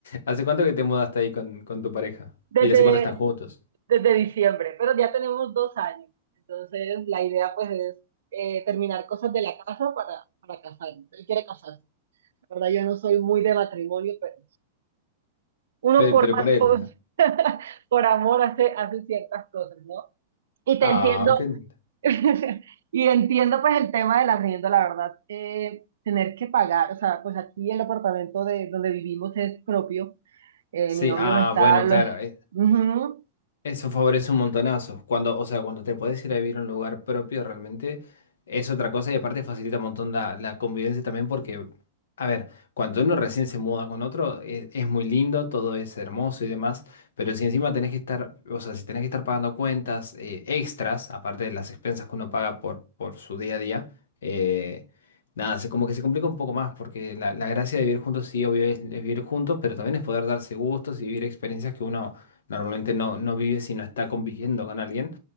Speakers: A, on the left; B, on the right.
A: hace cuánto que te mudaste ahí con, con tu pareja?
B: desde,
A: ¿Y hace cuánto están juntos?
B: desde diciembre, pero ya tenemos dos años. Entonces la idea pues es eh, terminar cosas de la casa para, para casarnos. Él quiere casarse. La verdad, yo no soy muy de matrimonio, pero uno
A: Pero,
B: por,
A: pero
B: ma-
A: por él.
B: <laughs> por, por amor hace, hace ciertas cosas, ¿no? Y te
A: Ah,
B: entiendo,
A: qué lindo.
B: <laughs> Y entiendo pues el tema del arriendo, la verdad, eh, tener que pagar, o sea, pues aquí el apartamento de donde vivimos es propio, eh,
A: Sí,
B: mi novio
A: ah,
B: lo está,
A: bueno,
B: lo,
A: claro. eh,
B: Ujú,
A: Eso favorece un montonazo. Cuando, o sea, cuando te podés ir a vivir a un lugar propio, realmente es otra cosa y aparte facilita un montón la, la convivencia también porque, a ver, cuando uno recién se muda con otro, e- es, muy lindo, todo es hermoso y demás, pero si encima tenés que estar, o sea, si tenés que estar pagando cuentas eh, extras, aparte de las expensas que uno paga por, por su día a día, eh, nada, se, como que se complica un poco más porque la, la gracia de vivir juntos, sí, obvio, es es vivir juntos, pero también es poder darse gustos y vivir experiencias que uno normalmente no, no vive si no está conviviendo con alguien.